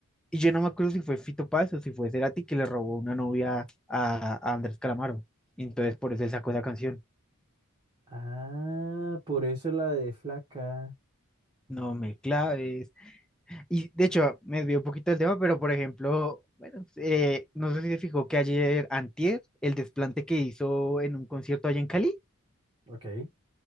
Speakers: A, in the centre; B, on the right (about 25°).
A: Y yo no me acuerdo si fue Fito Páez o si fue Cerati que le robó una novia a, a Andrés Calamaro. Y entonces por eso él sacó esa canción.
B: Ah, por eso la de flaca.
A: No me claves. Y de hecho, me desvió un poquito del tema, pero por ejemplo, bueno, eh, no sé si se fijó que ayer, antier, el desplante que hizo en un concierto allá en Cali.
B: Ok.